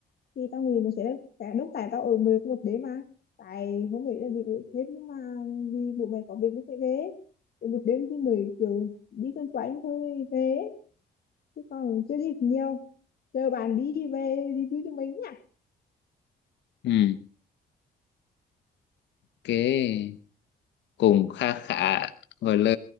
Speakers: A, on the left (about 60°); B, on the left (about 80°).
A: thì tao nghĩ nó sẽ sẽ đốt tại tao ở mười có một đêm mà tại không nghĩ là bị ở thêm nhưng mà vì bố mẹ có việc nó phải về Ở một đêm thì mười kiểu đi quanh quanh thôi về chứ còn chưa gì nhiều chờ bạn đi về đi với tụi mình nhá
B: ừ cái cũng khá khá gọi là